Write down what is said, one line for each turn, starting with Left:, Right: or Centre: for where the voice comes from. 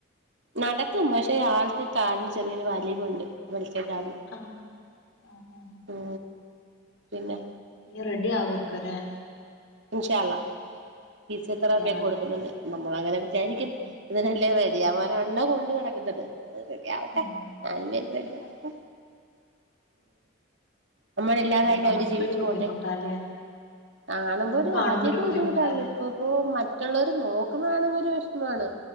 Right: നടക്കും പക്ഷെ ആൾക്ക് കാല്ന്ന് ചെറിയൊരു വലിവുണ്ട് വിളിച്ചെ കാല്ന്ന്
Left: ആം ആഹ് ആഹ്
Right: മ് പിന്നെ
Left: ഇനി റെഡി ആവർക്കും ലെ
Right: ഇൻഷാ അല്ലാഹ് ഫീസിയ തെറാപ്പിയ
Left: റെഡി ആവട്ടെ
Right: ഒക്കെ കൊടുക്കുന്നുണ്ട് നമ്മൾ അങ്ങനെ വിചാരിക്കും
Left: ഉം ഉം
Right: ഇതിനെല്ല റെഡി
Left: ഉം
Right: ആവാ കള്ളോ കൊണ്ട് <unintelligible> റെഡി അത് ആവട്ടെ
Left: ആഹ്
Right: <unintelligible> റെഡി ആവട്ടെ നമ്മള ഇല്ലാതായല്ല
Left: അത് കാണുമ്പോ
Right: അവര് ജീവിച്ചു
Left: ഒരു ബുദ്ധിമുട്ടാല്ലേ
Right: പോകണ്ടേ കാണുമ്പോ
Left: നമുക്ക്
Right: ഒരു
Left: കാണുമ്പോ
Right: ആദ്യക്കെ
Left: ബുദ്ധിമുട്ടാല്ലേ
Right: ബുദ്ധിമുട്ടായിരുന്നു ഇപ്പ ഇപ്പോ മറ്റുള്ളവര് നോക്കുന്നാണെങ്ക ഒരു വിഷമമാണ്